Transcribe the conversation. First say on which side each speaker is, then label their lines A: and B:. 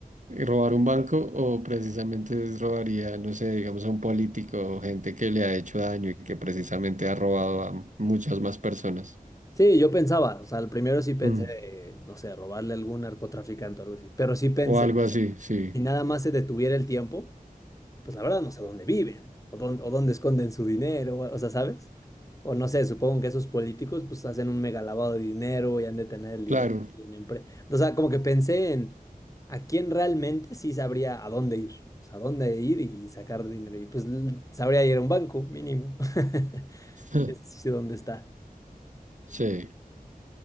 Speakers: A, on the right; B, on the left.
A: ¿Robar un banco o precisamente es robaría, no sé, digamos a un político o gente que le ha hecho daño y que precisamente ha robado a muchas más personas?
B: Sí, yo pensaba, o sea, al primero sí pensé,
A: Mm,
B: eh, no sé, robarle a algún narcotraficante o algo así, pero sí pensé
A: O algo
B: que
A: así, sí,
B: si nada más se detuviera el tiempo, pues la verdad no sé dónde viven o dónde, o dónde esconden su dinero, o, o sea, ¿sabes? O no sé, supongo que esos políticos pues hacen un mega lavado de dinero y han de tener el dinero.
A: claro.
B: en empre- O sea, como que pensé en a quién realmente sí sabría a dónde ir, o sea, a dónde ir y sacar dinero. Y pues l- sabría ir a un banco mínimo. <laughs>
A: <laughs>
B: Ese sí sé dónde está.
A: Sí,